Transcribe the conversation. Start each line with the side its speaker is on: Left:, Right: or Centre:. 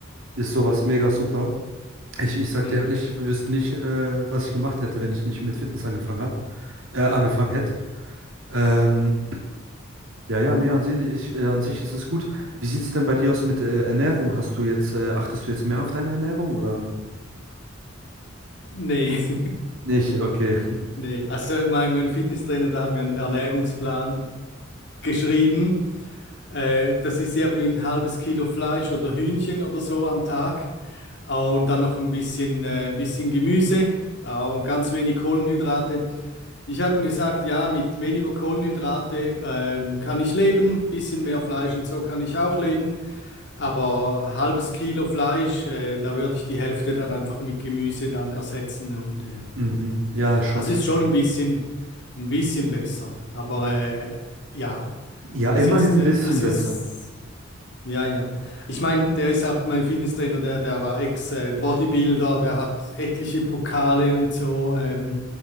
Right: ist sowas mega super. Ich, ich sag
Left: Mhm.
Right: dir ehrlich, ich wüsste nicht, äh, was ich gemacht hätte, wenn ich nicht mit Fitness angefangen hab, äh, angefangen
Left: Mhm.
Right: hätte. Ähm, ja, ja, nee, an sich, ich, äh, an sich ist es gut. Wie sieht's denn bei dir aus mit äh, Ernährung? Hast du jetzt, äh, achtest du jetzt mehr auf deine Ernährung oder?
Left: Nee. <laughs>
Right: Nicht, okay.
Left: Nee. Also mein, mein Fitnesstrainer, der hat mir einen Ernährungsplan geschrieben. Äh, das ist irgendwie ein halbes Kilo Fleisch oder Hühnchen oder so am Tag. Äh, und dann noch ein bisschen, äh, ein bisschen Gemüse äh, und ganz wenig Kohlenhydrate. Ich habe ihm gesagt, ja, mit weniger Kohlenhydrate ähm, kann ich leben, bisschen mehr Fleisch und so kann ich auch leben, aber halbes Kilo Fleisch, äh, da würde ich die Hälfte dann einfach mit Gemüse dann ersetzen und äh,
Right: Mhm. Ja, schon
Left: also
Right: viel.
Left: ist schon ein bisschen, ein bisschen besser. Aber äh, ja,
Right: Ja,
Left: ist
Right: immerhin
Left: jetzt, äh,
Right: ein bisschen
Left: also
Right: besser.
Left: ist, ja, ja. Ich meine, der ist auch mein Fitnesstrainer, der, der war Ex-Bodybuilder, der hat etliche Pokale und so ähm,